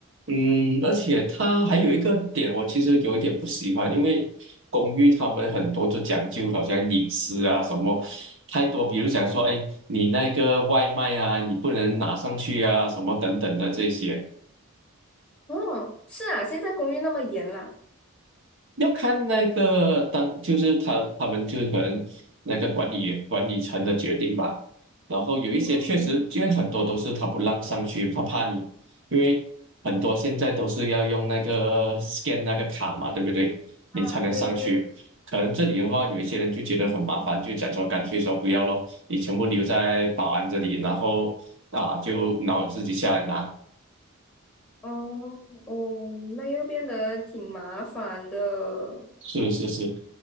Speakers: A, on the right; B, in the centre.
A: 嗯，而且它还有一个点，我其实有一点不喜欢，因为公寓他们很多就讲究好像隐私啊什么太多，比如讲说，哎，你那个外卖啊，你不能拿上去啊，什么等等的这些。
B: 哦，是啊，现在公寓那么严啦。
A: 要看那个当，就是他他们就是可能那个管理管理层的决定吧。然后有一些确实，
B: 嗯，
A: 因为很多都是他不让上去，他怕你，因为很多现在都是要用那个 scan 那个卡嘛，对不对？你才能上去。
B: 啊，对对，
A: 可能这里的话，有一些人就觉得很麻烦，就讲说干脆说不要咯，你全部留在保安这里，然后啊就然后自己下来拿。
B: 哦哦，那又变得挺麻烦的。
A: 是是是，